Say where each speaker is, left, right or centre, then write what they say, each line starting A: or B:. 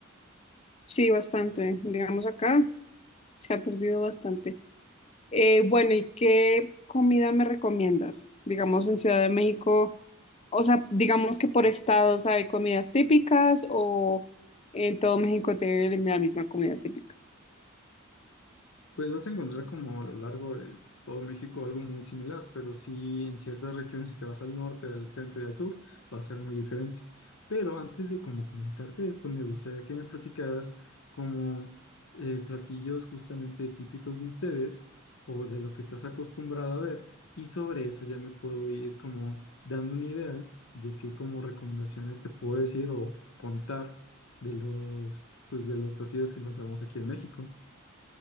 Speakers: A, on the left; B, on the left.
A: Sí, bastante. Digamos acá se ha perdido bastante. Eh, bueno, ¿y qué comida me recomiendas? Digamos en Ciudad de México, o sea, digamos que por estados hay comidas típicas o en todo México tienen la misma comida típica.
B: Pues vas a encontrar como a lo largo de todo México algo muy similar, pero sí en ciertas regiones, si te vas al norte, al centro y al sur, va a ser muy diferente. Pero antes de como comentarte esto, me gustaría que me platicaras como eh, platillos justamente típicos de ustedes o de lo que estás acostumbrado a ver, y sobre eso ya me puedo ir como dando una idea de qué como recomendaciones te puedo decir o contar de los, pues, de los platillos que encontramos aquí en México.